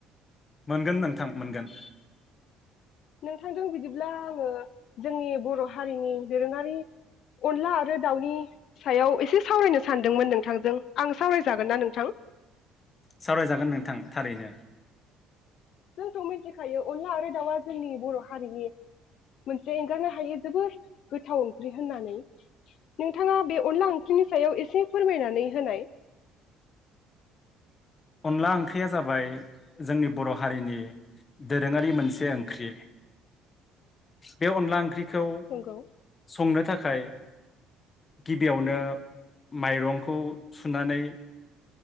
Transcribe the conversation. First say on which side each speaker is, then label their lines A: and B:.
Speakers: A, on the left (about 25°); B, on the left (about 60°).
A: मोनगोन नोंथां मोनगोन
B: नोंथांजों बिदिब्ला आंङो जोंनि बर हारिनि दोरोंङारि अनला आरो दाउनि सायाव एसे सावरायनो सानदोंमोन नोंथांजों आं सावरायजागोन ना नोंथां?
A: सावरायजागोन नोंथां थारैनो
B: जोंथ' मिथिखायो अनला आरो दाउआ जोंनि बर हारिनि मोनसे एंगारनो हायै जोबोर गोथाव ओंख्रि होननानै। नोंथाङा बे अनला ओंख्रिनि सायाव एसे फोरमायनानै होनाय
A: अनला ओंख्रिया जाबाय जोंनि बर हारिनि दोरोंङारि मोनसे ओंख्रि बे अनला ओंख्रि खौ
B: नंगौ
A: संनो थाखाय गिबियावनो माइरंखौ सुनानै